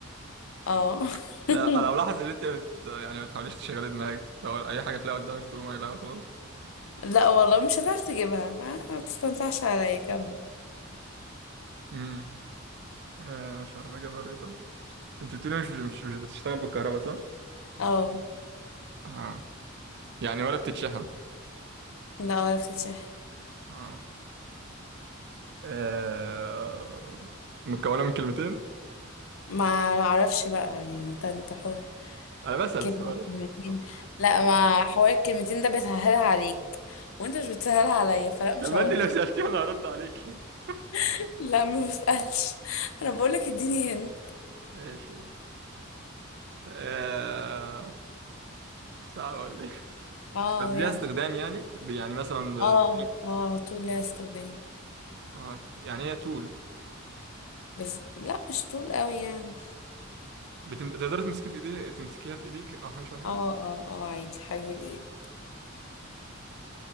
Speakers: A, on the left; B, on the right.
A: اه
B: <laughs> أنا
A: <laughs>
B: أنا ملاحظ إن أنت بت... يعني ما تحاوليش تشغلي دماغك هو أي حاجة تلاقيها قدامك تقول ما لا خلاص
A: لأ والله مش هتعرف تجيبها ما ما تستنصحش عليا كمل
B: امم آه مش عارف أجيبها ليه طيب أنت بتقولي مش مش مش بتشتغل بالكهرباء صح؟
A: اه
B: آه يعني ولا بتتشحن
A: لأ ولا بتتشح
B: آه آه، مكونة من كلمتين
A: ما معرفش بقى يعني انت انت حر
B: أنا بسأل
A: كلمة
B: السؤال
A: كلمتين
B: آه.
A: لا ما حوار الكلمتين ده بتسهلها عليك وانت مش بتسهلها عليا فلا مش
B: لما
A: هقولك
B: أنت لو سألتيه أنا هرد عليك <laughs>
A: <laughs> لا ما بسألش انا بقولك اديني هنا
B: ايش ايش آه... صعب ولا إيه؟
A: اه
B: طب ليها
A: يلا
B: استخدام يعني يعني مثلا
A: اه
B: بتشرب
A: اه على طول ليها استخدام
B: اه يعني هي تول
A: بس لا مش طول قوي يعني
B: بتم... تقدري تمسكي في ايديها تمسكيها في ايديك او حاجه شبه كده
A: اه اه اه عادي حجم الايه